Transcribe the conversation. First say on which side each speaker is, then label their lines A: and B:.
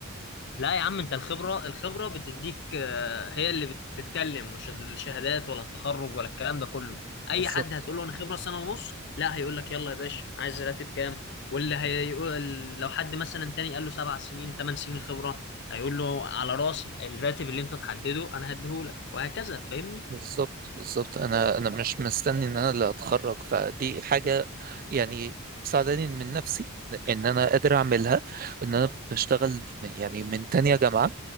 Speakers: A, on the left (about 55°); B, on the right (about 40°).
A: لا يا عم انت الخبرة الخبرة بتديك آه، هي اللي بتتكلم مش الشهادات ولا التخرج ولا الكلام ده كله اي
B: بالظبط
A: حد هتقول له انا خبرة سنة ونص لا هيقول لك يلا يا باشا عايز راتب كام واللي هيقول لو حد مثلا تاني قال له سبع سنين ثمان سنين خبرة هيقول له على راسي الراتب اللي انت تحدده انا هديهولك وهكذا فاهمني
B: بالظبط بالظبط انا انا مش مستني ان انا اللي اتخرج فدي حاجة يعني ساعداني من نفسي ان انا قادر اعملها ان انا بشتغل من- يعني من تانية جامعة